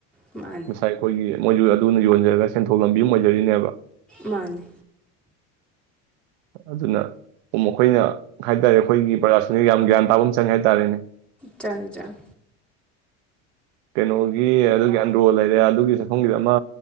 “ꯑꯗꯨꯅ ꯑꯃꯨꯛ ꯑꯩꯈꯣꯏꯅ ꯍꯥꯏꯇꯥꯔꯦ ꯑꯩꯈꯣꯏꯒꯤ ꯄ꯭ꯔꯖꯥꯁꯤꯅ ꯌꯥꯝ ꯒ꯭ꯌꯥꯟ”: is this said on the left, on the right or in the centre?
Right